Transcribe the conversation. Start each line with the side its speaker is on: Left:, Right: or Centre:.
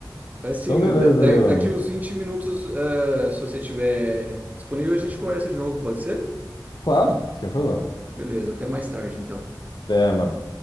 Right: Faz sim.
Left: Então, beleza
Right: Da- da-
Left: aí, mano.
Right: daqui uns 20 minutos, eh, se você estiver disponível, a gente conversa de novo, pode ser?
Left: Claro, sem problema.
Right: Beleza, até mais tarde então.
Left: Até, mano.